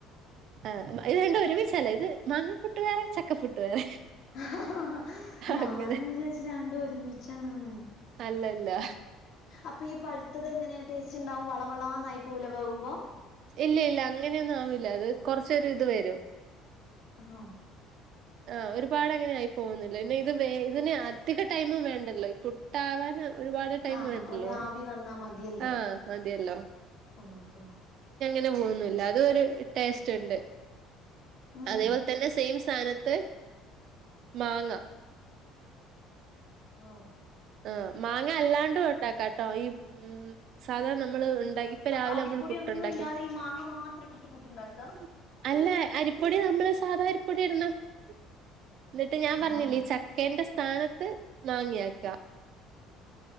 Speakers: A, on the right; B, on the left.
A: ആഹ ഇത്‌രണ്ടും ഒരുമിച്ചല്ല ഇത് മാങ്ങപ്പുട്ട് വേറെ ചക്കപ്പുട്ട് വേറെ
B: ഹാ ഹാ ഹാ ഹാ ഞാന്
A: അങ്ങനെ
B: വിചാരിച്ച് രണ്ടും ഒരുമി ച്ചണമെ
A: അല്ലല്ല ഹ്
B: അപ്പൊ ഈ പഴുത്തത് എങ്ങനെ ടേസ്റ്റ് ഉണ്ടാവും വളവളാന്നായി പോവൂലെ വേ കുമ്പോ
A: ഇല്ല ഇല്ല അങ്ങനെയൊന്നും ആവില്ല അത് കൊറച്ചോര് ഇത് വരും
B: അണോ
A: ആഹ് ഒരുപാട് അങ്ങനെ ആയി പോകുന്നി ലെ നിത് വേ ഇതിന് അധിക ടൈമു വേണ്ടല്ലോ ഈ പുട്ടാവാനാ ഒരുപാട് ടൈം
B: ആഹ്
A: വേണ്ടല്ലോ
B: ഒരു ആവി വന്നാ മതിയല്ലോ
A: ആഹ് മതിയല്ലോ
B: ഓഹോ
A: ല്ല പോന്നില്ല അതോരു ടേസ്റ്റ് ഉണ്ട്
B: ഉം
A: അതെപോലെ തന്നെ സെയിം സാന ത് മാങ്ങ
B: ഓ
A: ആ മാങ്ങ അല്ലാണ്ടും ഒണ്ടാക്കാട്ടോ ഈ ഉം സാധാ നമ്മള് ഇൺ ദാ ഇപ്പ
B: അപ്പൊ
A: രാവിലെ
B: അരിപ്പൊടി
A: നമ്മള് പുട്ടുണ്ടാക്കി
B: ഒന്നും ഇല്ലാതെ ഈ മാങ്ങ മാത്രം ഇട്ടിട്ട് പുട്ടുണ്ടാക്ക
A: <unintelligible> അല്ല അരിപ്പൊടി നമ്മള് സാധ അരി പ്പൊടി ഇടണം <unintelligible> എന്നിട്ട് ഞാൻ
B: ആഹ്
A: പറഞ്ഞില്ല ഈ ചക്കേന്റെ സ് താനത്ത് നാങ്ങിയാക്ക